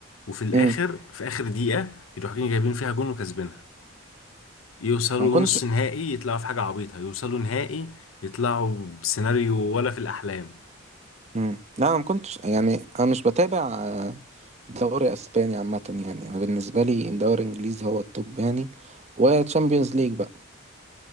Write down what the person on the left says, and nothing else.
وفي الاخر
في اخر دقيقة يروحوا جايبين فيها جون وكسبينها يوصلوا
نص نهائي يطلعوا في حاجة عبيطة يوصلوا نهائي يطلعوا بسيناريو ولا في الأحلام